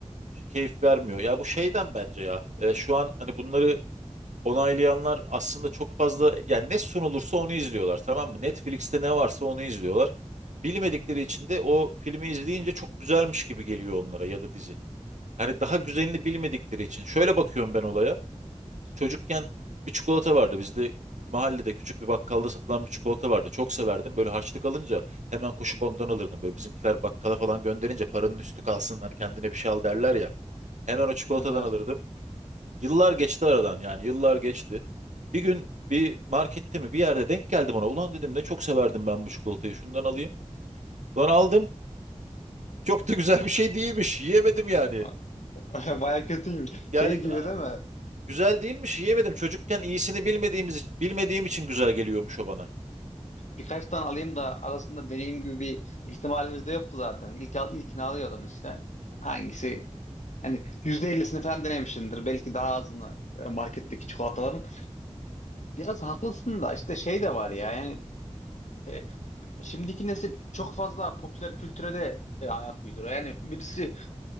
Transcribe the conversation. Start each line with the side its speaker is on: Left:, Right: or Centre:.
Right: Keyif vermiyor. Ya bu şeyden bence ya. E, şu an hani bunları onaylayanlar aslında çok fazla yani ne sunulursa onu izliyorlar tamam mı? Netflix'te ne varsa onu izliyorlar. Bilmedikleri için de o filmi izleyince çok güzelmiş gibi geliyor onlara ya da dizi. Hani daha güzelini bilmedikleri için. Şöyle bakıyorum ben olaya. Çocukken bir çikolata vardı. Bizde mahallede küçük bir bakkalda satılan bir çikolata vardı. Çok severdim. Böyle harçlık alınca hemen koşup ondan alırdım. Böyle bizimkiler bakkala falan gönderince paranın üstü kalsın hani kendine bir şey al derler ya. Hemen o çikolatadan
Left: Evet evet.
Right: alırdım. Yıllar geçti aradan yani yıllar geçti. Bir gün bir markette mi bir yerde denk geldim ona. Ulan dedim ne çok severdim ben bu çikolatayı şundan alayım. Ulan aldım. Çok da güzel bir şey değilmiş. Yiyemedim yani.
Left: <laughs> Baya kötüymüş.
Right: Yani
Left: Şey gibi değil mi? Yani
Right: güzel değilmiş yiyemedim. Çocukken iyisini bilmediğimiz bilmediğim için güzel geliyormuş o bana.
Left: birkaç tane alayım da arasında deneyim gibi bir ihtimalimiz de yoktu zaten. İlk, al- ilkini alıyordum işte. Hangisi Hani %50'sini falan denemişsindir. Belki daha azını e, marketteki çikolataların. Biraz haklısın da işte şey de var ya yani e, şimdiki nesil çok fazla popüler kültüre de e, ayak uyduruyor. Yani birisi